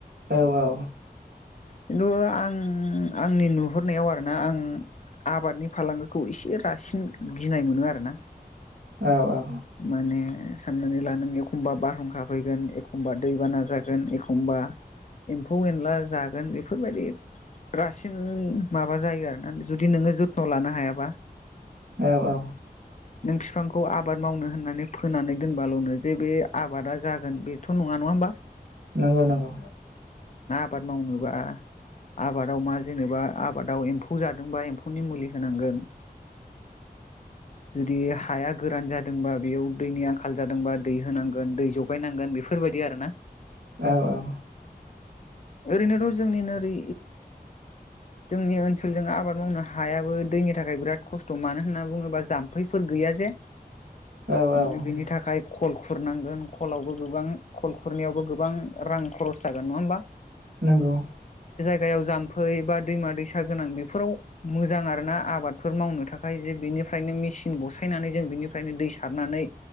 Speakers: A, on the right; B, on the left.
A: औ औ।
B: <inaudible> आं आंनि नुहुरनायाव आरोना आं आबादनि फालांगिखौ एसे रासिन गिनाय मोनो आरोना।
A: औ औ।
B: माने साननानै ला नों एखमबा बारहुंखा फैगोन एखमबा दैबाना जागोन एखमबा एम्फौ एनला जागोन बेफोरबादि रासिन माबा जायो आरोना जुदि नोङो जथ्न' लानो हायाबा।
A: औ औ
B: नों फिफांखौ आबाद। मावनो होननानै फोनानै दोनबाल'नो जे बे आबादा जागोन बेथ' नङा नङा होमबा।
A: नंगौ नंगौ।
B: बाद मावनोबा आबादाव मा जेनेबा आबादाव एम्फौ जादोंबा एम्फौनि मुलि होनांगोन जुदि हाया गोरान जा दोंबा बेयाव दैनि आंखाल जादोंबा दै होनांगोन दै जगायनांगोन बेफोरबायदि आरो ना
A: औ औ।
B: ओरैनोथ' जोंनि नोरै जोंनि ओनसोलजों आबाद मावनो हायाबो दैनि थाखाय बिराद खस्थ' मानो होनना बुङोब्ला जाम्फैफोर गैया जे।
A: औ औ
B: नोङो बिनि थाखाय। खल खुरनांगोन खलावबो गोबां खल खुरनायावबो गोबां रां खरस जागोन नङा होमबा।
A: नंगौ।
B: गायाव जाम्फै बा दैमा दैसा गोनां बेफोराव मोजां आरोना आबादफोर मावनो थाखाय जे बिनिफ्रायनो मेसिन बसायनानै जों बिनिफ्रायनो दै सारनानै